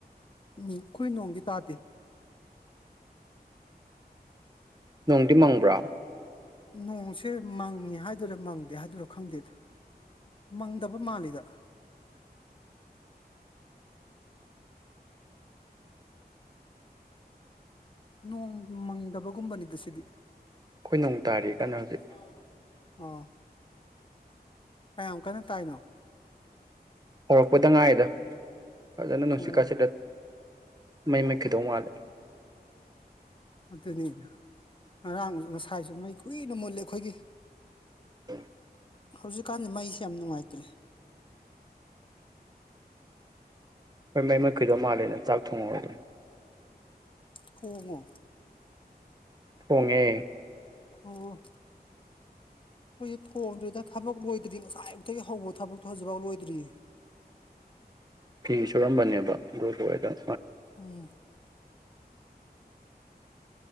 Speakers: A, on the left; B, on the right.
A: ꯎꯝ ꯑꯩꯈꯣꯏ ꯅꯣꯡꯗꯤ ꯇꯥꯗꯦ
B: ꯅꯣꯡꯗꯤ ꯃꯪꯕ꯭ꯔ
A: ꯅꯣꯡꯁꯦ ꯃꯪꯉꯦ ꯍꯥꯏꯗꯣꯏꯔꯥ ꯃꯪꯗꯦ ꯍꯥꯏꯗꯔꯣ ꯈꯪꯗꯦꯗ ꯃꯪꯗꯕ ꯃꯥꯜꯂꯤꯗ ꯅꯣꯡ ꯃꯪꯗꯒꯨꯝꯕꯅꯤꯗ ꯁꯤꯗꯤ
B: ꯑꯩꯈꯣꯏ ꯅꯣꯡ ꯇꯥꯔꯤ ꯀꯟꯅ ꯍꯧꯖꯤꯛ
A: <inaudible> ꯑꯥ ꯀꯌꯥꯝ ꯀꯟꯅ ꯇꯥꯏꯅꯣ
B: ꯍꯧꯔꯛꯄꯗ ꯉꯥꯏꯔꯤꯗ ꯐꯖꯅ ꯅꯨꯡꯁꯤꯠ
A: ꯎꯝ
B: ꯀꯁꯤꯠꯂꯦ ꯃꯩ ꯃꯨꯠꯈꯤꯗꯧ ꯃꯥꯜꯂꯦ
A: ꯑꯗꯨꯅꯤ ꯉꯔꯥꯡ ꯉꯁꯥꯏꯁꯨ ꯃꯩ ꯀꯨꯏꯅ ꯃꯨꯂꯦ ꯑꯩꯈꯣꯏꯒꯤ
B: ꯎꯝ
A: ꯍꯧꯖꯤꯛꯀꯥꯟꯗꯤ ꯃꯩꯁꯦ ꯌꯥꯝ ꯅꯨꯡꯉꯥꯏꯇ꯭ꯔꯦ
B: ꯍꯣꯏ ꯃꯩ ꯃꯨꯠꯈꯤꯗꯧ ꯃꯥꯜꯂꯦꯅ ꯆꯥꯛ ꯊꯣꯡꯍꯧꯔꯕꯅꯦ
A: ꯊꯣꯡꯉꯣ
B: ꯊꯣꯡꯉꯦ
A: ꯑꯣꯑꯣ ꯑꯩꯈꯣꯏꯁꯦ ꯊꯣꯡꯗ꯭ꯔꯤꯗ ꯊꯕꯛ ꯂꯣꯏꯗ꯭ꯔꯤ ꯉꯁꯥꯏ ꯑꯌꯨꯛꯇꯒꯤ ꯍꯧꯕ ꯊꯕꯛꯇꯣ ꯍꯧꯖꯤꯛꯐꯥꯎ ꯂꯣꯏꯗ꯭ꯔꯤꯌꯦ
B: ꯐꯤ ꯁꯨꯔꯝꯕꯅꯦꯕ ꯑꯗꯨꯑꯣꯢꯔꯗꯝ
A: ꯎꯝ